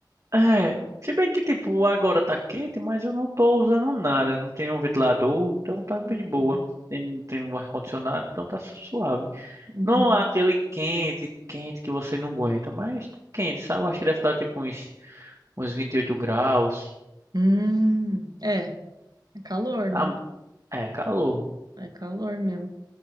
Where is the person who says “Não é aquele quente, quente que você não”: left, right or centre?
Right